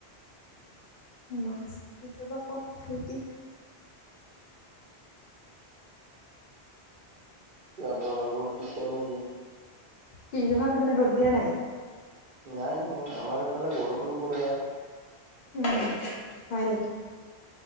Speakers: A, on the left; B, on the right.
A: মাছ কেতিয়াবা ক'ত ধুই দিম।
B: কিয় গৰম ৰ'দ দিছে নেকি?
A: কি ৰহাৰ ফালে ৰ'দ দিয়া নাই।
B: নাই নাই আমাৰ এইফালে বৰষুণ পৰে আৰ।
A: উম হয় নেকি?